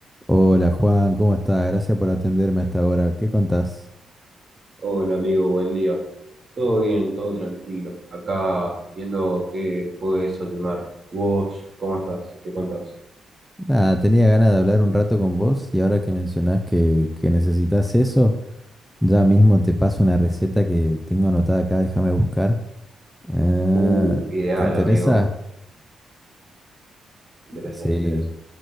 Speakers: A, in the centre; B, on the right.
A: Hola Juan, ¿cómo estás? Gracias por atenderme hasta ahora. ¿Qué contás?
B: Hola amigo, buen día. Todo bien, todo tranquilo. Acá viendo qué puedo desayunar. ¿Vos cómo estás? ¿Qué contás?
A: Nada, tenía ganas de hablar un rato con vos y ahora que mencionás que, que necesitas eso, ya mismo te paso una receta que tengo anotada acá, déjame buscar. Ah,
B: Uh, ideal,
A: ¿te interesa?
B: amigo. Me
A: <laughs>
B: interesa,
A: Sí,
B: me interesa.